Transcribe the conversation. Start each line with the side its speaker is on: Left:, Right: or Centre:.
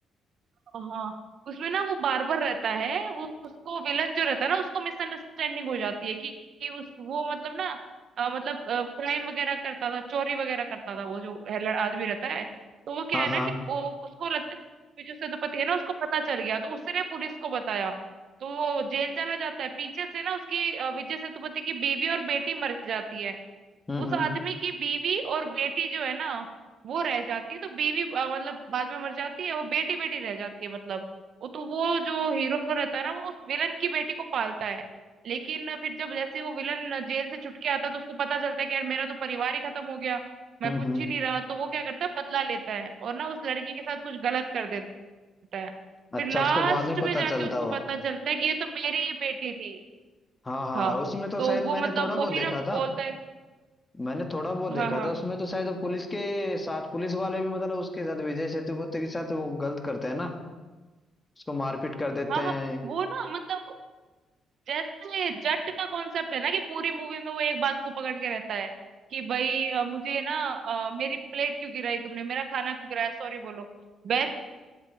Right: हाँ उसमें ना वो बार्बर रहता है वो उसको विलन जो रहता है ना उसको मिसअंडरस्टैंडिंग हो जाती है कि, कि उस वो मतलब ना अ, मतलब क्राइम वगैरह करता था चोरी वगैरह करता था वो जो है ल- आदमी रहता है तो वो क्या
Left: हाँ
Right: है
Left: हाँ
Right: ना कि वो उसको लगता है कि जो सेनापति है ना उसको पता चल गया तो उसने पुलिस को बताया तो वो जेल चला जाता है पीछे से ना उसकी अ, विजय सेतुपति की बीवी और बेटी मर जाती है
Left: हम्म
Right: उस
Left: हम्म
Right: आदमी की बीवी और बेटी जो है ना वो रह जाती है तो बीवी अ, मतलब बाद में मर जाती है वो बेटी बेटी रह जाती है मतलब वो तो वो जो हीरो रहता है ना वो विलन की बेटी को पालता है लेकिन फिर जब जैसे वो विलन जेल से छुटके आता है तो उसको पता चलता है कि यार मेरा तो परिवार ही खत्म हो गया मैं
Left: हम्म
Right: कुछ
Left: हम्म
Right: ही नहीं रहा तो वो क्या करता है बदला लेता है और ना उस लड़की के साथ कुछ गलत कर देता है फिर
Left: अच्छा
Right: लास्ट
Left: उसको बाद में पता
Right: में जाके
Left: चलता
Right: उसको
Left: वो
Right: पता चलता है कि ये तो मेरी ही बेटी थी
Left: हाँ हाँ
Right: हाँ
Left: उसमें तो
Right: तो
Left: शायद
Right: वो
Left: मैंने
Right: मतलब
Left: थोड़ा बहुत
Right: वो भी
Left: देखा
Right: ना
Left: था
Right: बोलता है
Left: मैंने थोड़ा बहुत देखा
Right: हाँ हाँ
Left: था उसमें तो शायद पुलिस के साथ पुलिस वाले भी मतलब उसके साथ विजय सेतुपति के साथ वो गलत करते हैं ना उसको मारपीट कर देते
Right: हाँ हाँ
Left: हैं
Right: वो ना मतलब जैसे जट का कॉन्सेप्ट है ना कि पूरी मूवी में वो एक बात को पकड़ के रहता है कि भाई अ, मुझे ना अ, मेरी प्लेट क्यों गिराई तुमने मेरा खाना क्यों गिराया सॉरी बोलो वैसे